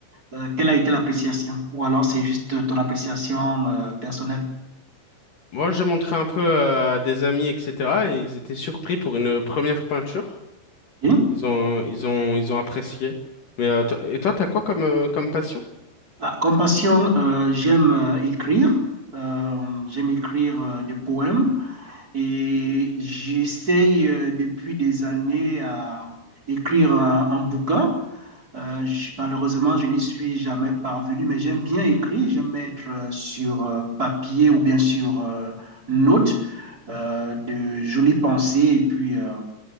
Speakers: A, on the right; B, on the left.
A: Euh, quelle a été l'appréciation? Ou alors c'est juste ton appréciation euh, personnelle?
B: Moi, j'ai montré un peu euh, à des amis, etc., et ils étaient surpris pour une première peinture.
A: OK.
B: Ils ont, ils ont, ils ont apprécié. Mais euh, to- et toi, t'as quoi comme, euh, comme passion?
A: Ah, Comme passion, euh, j'aime euh, écrire. Euh, j'aime écrire euh, des poèmes et j'essaye euh, depuis des années à écrire un, un bouquin. Euh, je- malheureusement, je n'y suis jamais parvenu, mais j'aime bien écrire. J'aime mettre euh, sur euh, papier ou bien sur euh, note euh, de jolies pensées et puis euh,